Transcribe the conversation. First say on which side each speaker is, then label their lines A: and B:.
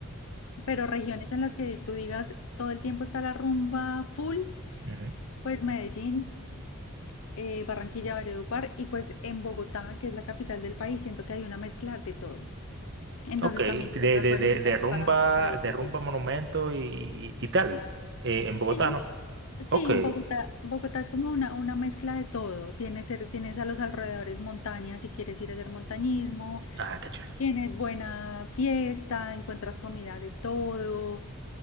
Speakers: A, on the left (about 65°); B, on the right (about 55°).
A: Pero regiones en las que tú digas todo el tiempo está la rumba full,
B: mm, ujú.
A: pues Medellín, eh, Barranquilla, Valledupar y pues en Bogotá, que es la capital del país, siento que hay una mezcla de todo. Entonces
B: Ok,
A: también encuentras
B: de, de,
A: buenos
B: de,
A: lugares
B: de rumba,
A: para, para ir
B: de
A: de
B: rumba
A: fiesta.
B: monumento y, y tal, eh, en
A: Sí,
B: Bogotá, ¿no?
A: sí,
B: Ok.
A: Bogotá, Bogotá es como una, una mezcla de todo. Tienes, cer- tienes a los alrededores montañas si quieres ir a hacer montañismo,
B: Ah, qué chulo.
A: tienes buena fiesta, encuentras comida de todo.